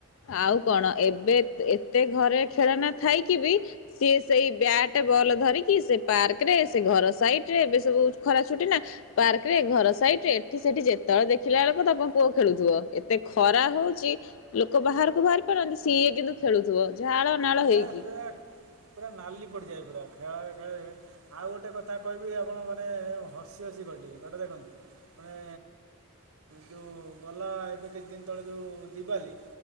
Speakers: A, on the left; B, on the right.
A: ଆଉ କଣ ଏବେ ଏତେ ଘରେ ଖେଳନା ଥାଇକି ବି ସିଏ ସେଇ ବ୍ୟାଟ ବଲ ଧରିକି ସେ ପାର୍କ ରେ ସେ ଘର ସାଇଡ ରେ ଏବେ ସବୁ ଖରା ଛୁଟି ନା ପାର୍କ ରେ ଘର ସାଇଡ ରେ ଏଠି ସେଠି ଯେତେବେଳେ ଦେଖିଲା ବେଳକୁ ତମ ପୁଅ ଖେଳୁଥିବ। ଏତେ ଖରା ହଉଛି ଲ୍ କ ବାହାର ବାହାରି ପାରନ୍ତି ସିଏ କିନ୍ତୁ ଖେୁଥିବ ଝାଳ ନାଳ
B: ଏ
A: ହେଇ କି।
B: ପୁରା ପୁରା ନାଲି ପଡ଼ିଯାଏ ପୁରା ଖେଳ ଖେଳ ଆଉ ଗୋଟେ କଥା କହିବି ଆପଣ ମାନେ ହସି ହସି ଗଡିବେ ଗଟେ ଦେଖନ୍ତୁ ମାନେ ଯୁ ଗଲା ଏବେ କିଛି ଦିନ ତଳେ ଯୋଉ ଦିିବାଲି